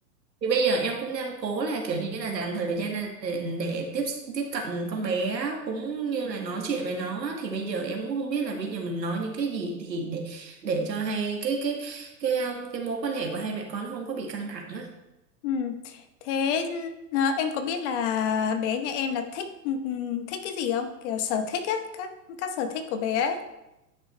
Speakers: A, on the right (about 85°); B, on the left (about 45°).
A: Thì bây giờ em cũng đang cố là kiểu như là dành thời gian ra để, để tiếp tiếp cận con bé á, cũng như là nói chuyện với nó á. Thì bây giờ em cũng không biết là bây giờ mình nói những cái gì thì để để cho hai cái cái cái um, cái mối quan hệ của hai mẹ con nó không có bị căng thẳng á.
B: ừm. Thế à, em có biết là bé nhà em là thích ừm, thích cái gì không? Kiểu sở thích á, các các sở thích của bé ấy.